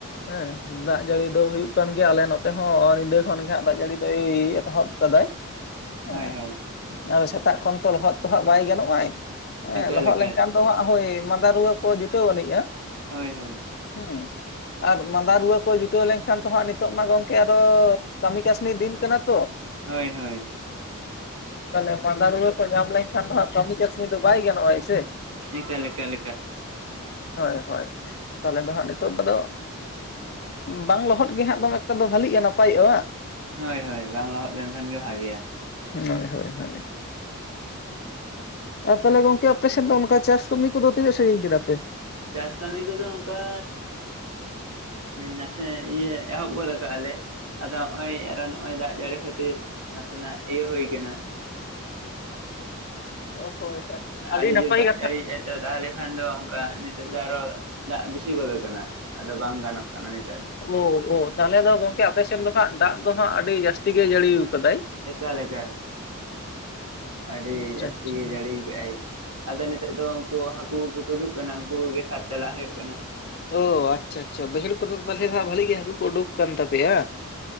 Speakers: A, on the left; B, on the right.
A: ᱦᱮᱸ ᱫᱟᱜ ᱡᱟᱹᱲᱤ ᱫᱚ ᱦᱩᱭᱩᱜ ᱠᱟᱱ ᱜᱮᱭᱟ ᱟᱞᱮ ᱱᱚᱛᱮ ᱦᱚᱸ ᱧᱤᱫᱟᱹ ᱠᱷᱚᱱᱜᱮ ᱦᱟᱸᱜ ᱫᱟᱜ ᱡᱟᱹᱲᱤ ᱫᱚᱭ ᱮᱛᱚᱦᱚᱵ ᱠᱟᱫᱟᱭ᱾ ᱦᱮᱸ
B: ᱦᱳᱭ ᱦᱳᱭ
A: ᱟᱫᱚ ᱥᱮᱛᱟᱜ ᱠᱷᱚᱱ ᱛᱚ ᱞᱚᱦᱚᱫ ᱛᱚᱦᱟᱜ ᱵᱟᱭ ᱜᱟᱱᱚᱜᱟᱭ᱾ ᱦᱮᱸ
B: ᱮᱠᱟᱞ
A: ᱞᱚᱦᱚᱫ
B: ᱮᱠᱟᱞ
A: ᱞᱮᱱᱠᱷᱟᱱ ᱫᱚ ᱦᱟᱸᱜ ᱦᱳᱭ ᱢᱟᱸᱫᱟ ᱨᱩᱣᱟᱹ ᱠᱚ ᱡᱩᱴᱟᱹᱣ ᱟᱹᱱᱤᱡᱼᱟ᱾
B: ᱦᱳᱭ ᱦᱳᱭ᱾
A: ᱦᱮᱸ ᱟᱨ ᱢᱟᱸᱫᱟ ᱨᱩᱣᱟᱹ ᱠᱚ ᱡᱩᱴᱟᱹᱣ ᱞᱮᱱᱠᱷᱟᱱ ᱛᱚ ᱦᱟᱸᱜ ᱱᱤᱛᱚᱜ ᱢᱟ ᱜᱚᱢᱠᱮ ᱟᱫᱚ ᱠᱟᱹᱢᱤ ᱠᱟᱹᱥᱱᱤ ᱫᱤᱱ ᱠᱟᱱᱟ ᱛᱚ᱾
B: ᱦᱳᱭ ᱦᱳᱭ
A: ᱛᱟᱦᱟᱞᱮ ᱢᱟᱸᱫᱟ ᱨᱩᱣᱟᱹ ᱠᱚ ᱧᱟᱢ ᱞᱮᱠᱷᱟᱱ ᱦᱟᱜ ᱠᱟᱹᱢᱤ ᱠᱟᱹᱥᱱᱤ ᱫᱚ ᱵᱟᱭ ᱜᱟᱱᱚᱟᱭ ᱥᱮ
B: ᱮᱠᱟᱞ ᱮᱠᱟᱞ
A: ᱦᱳᱭ ᱦᱳᱭ ᱛᱟᱦᱚᱞᱮ ᱫᱚ ᱦᱟᱸᱜ ᱱᱤᱛᱚᱜ ᱫᱚᱫᱚ ᱵᱟᱝ ᱞᱚᱦᱚᱫ ᱜᱮᱦᱟᱸᱜ ᱫᱚ ᱮᱠᱴᱟ ᱫᱚ ᱵᱷᱟᱞᱤᱜᱼᱟ ᱱᱟᱯᱟᱭᱚᱜᱼᱟ ᱵᱟᱝ
B: ᱦᱳᱭ ᱦᱳᱭ ᱵᱟᱝ ᱞᱚᱦᱚᱫ ᱞᱮᱱᱠᱷᱟᱱ ᱜᱮ ᱵᱷᱟᱜᱮᱭᱟ
A: ᱦᱳᱭ ᱦᱳᱭ ᱦᱳᱭ ᱟᱨ ᱛᱟᱦᱞᱮ ᱜᱚᱝᱠᱮ ᱟᱯᱮ ᱥᱮᱫ ᱫᱚ ᱚᱱᱠᱟ ᱪᱟᱥ ᱠᱟᱹᱢᱤ ᱠᱚᱫᱚ ᱛᱤᱱᱟᱹᱜ ᱥᱮᱨᱮᱤᱧ ᱠᱮᱫᱟ ᱯᱮ
B: ᱪᱟᱥ ᱠᱟᱹᱢᱤ ᱠᱚᱫᱚ ᱚᱱᱠᱟ ᱱᱟᱥᱮ ᱤᱭᱟᱹ ᱮᱦᱚᱵ ᱜᱚᱫ ᱠᱟᱜ ᱞᱮ ᱟᱫᱚ ᱱᱚᱜᱚᱭ ᱟᱨ ᱱᱚᱜᱚᱭ ᱫᱟᱜ ᱡᱟᱹᱲᱤ ᱠᱷᱟᱹᱛᱤᱨ ᱱᱟᱥᱮᱱᱟᱜ ᱤᱭᱟᱹ ᱦᱩᱭ ᱟᱠᱟᱱᱟ
A: ᱚ ᱦᱳᱭ ᱦᱳᱭ
B: ᱟᱹᱰᱤ
A: ᱱᱟᱯᱟᱭ
B: ᱡᱚᱨ ᱫᱟᱜ
A: ᱠᱟᱛᱷᱟ
B: ᱡᱟᱲᱤ ᱮᱫᱟᱭ, ᱫᱟᱜ ᱞᱮᱠᱷᱟᱱ ᱫᱚ ᱚᱱᱠᱟ ᱱᱤᱛᱚᱜ ᱫᱚ ᱟᱨᱚ ᱫᱟᱜ ᱵᱮᱥᱤ ᱜᱚᱫ ᱠᱟᱱᱟ ᱟᱫᱚ ᱵᱟᱝ ᱜᱟᱱᱚᱜ ᱠᱟᱱᱟ ᱱᱤᱛ
A: ᱳᱻᱳᱻ ᱛᱟᱦᱚᱞᱮ ᱫᱚ ᱜᱚᱝᱠᱮ ᱟᱯᱮᱮᱥᱮᱫ ᱫᱚ ᱦᱟᱸᱜ ᱫᱟᱜ ᱫᱚ ᱦᱟᱸᱜ ᱟᱹᱰᱤ ᱡᱟᱹᱥᱛᱤ ᱜᱮ ᱡᱟᱹᱲᱤ ᱟᱠᱟᱫᱟᱭ
B: ᱮᱠᱟᱞ ᱮᱠᱟᱞ ᱟᱹᱰᱤ
A: ᱟᱪᱪᱷᱟ
B: ᱡᱟᱹᱥᱛᱤ
A: ᱟᱪᱪᱷᱟ
B: ᱜᱮ ᱡᱟᱹᱲᱤ ᱠᱮᱼᱟᱭ ᱟᱫᱚ ᱱᱤᱛᱚᱜ ᱫᱚ ᱩᱱᱠᱩ ᱦᱟᱹᱠᱩ ᱠᱚᱠᱚ ᱛᱩᱫᱩᱜ ᱠᱟᱱᱟ ᱩᱱᱠᱩ ᱠᱚᱜᱮ ᱥᱟᱵ ᱪᱟᱞᱟᱜ ᱦᱩᱭᱩᱜ ᱠᱟᱱᱟ
A: ᱚ ᱟᱪᱪᱷᱟ ᱟᱪᱪᱷᱟ ᱵᱟᱭᱦᱟᱹᱲ ᱠᱚ ᱨᱮ ᱛᱟᱦᱚᱞᱮ ᱵᱷᱟᱞᱤ ᱜᱮ ᱦᱟᱠᱩ ᱩᱰᱩᱠ ᱠᱟᱱ ᱛᱟᱯᱮᱭᱟ